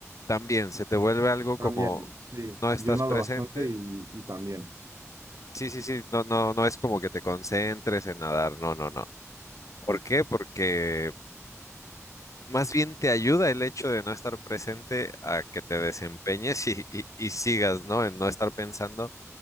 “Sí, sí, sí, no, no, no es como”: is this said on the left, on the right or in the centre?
Left